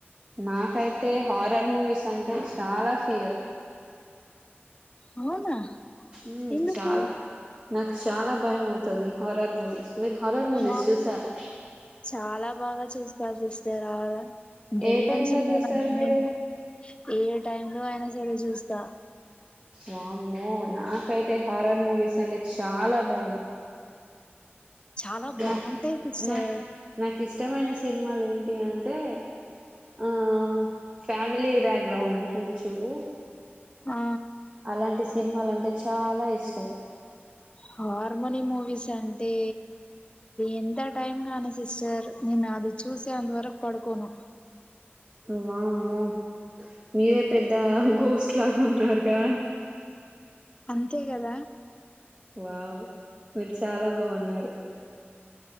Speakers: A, on the right (about 25°); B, on the left (about 25°).
A: నాకైతే హారర్ మూవీస్ అంటే చాలా ఫియర్
B: అవునా
A: మ్
B: ఎందుకు
A: చాలు నాకు చాలా భయం అవుతుఉంది హారర్ మూవీస్ మీరు హారర్ మూవీస్
B: మా
A: చూస్తారా
B: ఊరు చాలా బాగా చూస్తారు చూస్తే రా రా దయ్యం
A: ఏ టైమ్
B: సిర్మాల్
A: లో చూస్తారు
B: అంటే
A: మీరు
B: నే ఏమి టైమ్ లో అయినా సరే చూస్తా
A: వామ్మో నాకైతే హారర్ మూవీస్ అంటే చాలా భయం
B: చాలా బావుంటాయి
A: నాకు
B: సిస్టర్
A: నాకు నాకు ఇష్టమైన సినిమాలు ఏంటి అంటే ఆ ఫ్యామిలీ బ్యాక్గ్రౌండ్ ఉంటుఉంది చూడు
B: ఆ
A: అలాంటి సినిమాల అంటే చాలా ఇష్టం మ్
B: హార్మోనీ మూవీస్ అంటే ఎంత టైమ్ గానీ సిస్టర్ నాది చూస్వాన్ వరక్ పడుకోను
A: వామ్మో మీరే పెద్ద గొస్ట్ లాగ్ ఉన్నారుగా
B: అంతే గదా
A: వావ్ మీర్ చాలా బావున్నారు